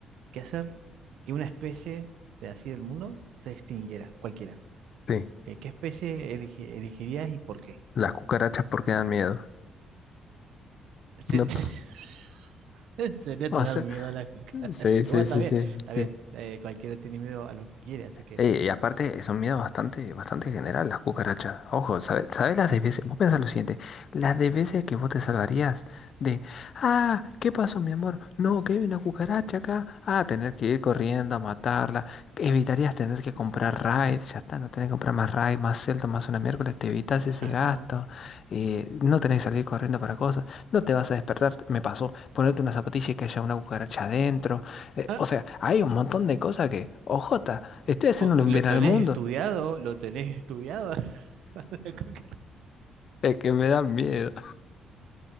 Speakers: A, on the right; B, on the left.
A: que hacer que una especie de así del mundo se extinguiera, cualquiera,
B: Sí,
A: eh, ¿qué especie elegi- elegirías y por qué?
B: las cucarachas porque dan miedo.
A: Sí,
B: No,
A: <laughs>
B: t-
A: En serio
B: o
A: te dan
B: sea,
A: miedo a las cucarachas.
B: sí,
A: <laughs>
B: sí,
A: Bueno, está
B: sí,
A: bien,
B: sí,
A: está
B: sí.
A: bien. eh, cualquiera tiene miedo a lo que quiere, así que.
B: Eh, y aparte son miedos bastante, bastante general las cucarachas. Ojo, ¿sabes, sabes las de veces? Vos pensás lo siguiente, las de veces que vos te salvarías de, ah, ¿qué pasó, mi amor? No, que hay una cucaracha acá. Ah, tener que ir corriendo a matarla. Evitarías tener que comprar raid, ya está, no tenés que comprar más raid, más celda, más una miércoles, te evitas ese
A: Ajá.
B: gasto. Eh, no tenés que salir corriendo para cosas. No te vas a despertar, me pasó, ponerte una zapatilla y que haya una cucaracha adentro. Eh,
A: Ah,
B: o sea, hay un montón de cosas que, ojota, estoy haciéndole
A: o-
B: un
A: ¿lo
B: bien
A: tenés
B: al mundo.
A: estudiado? ¿Lo tenés estudiado? <laughs> la cucaracha?
B: Es que me da miedo,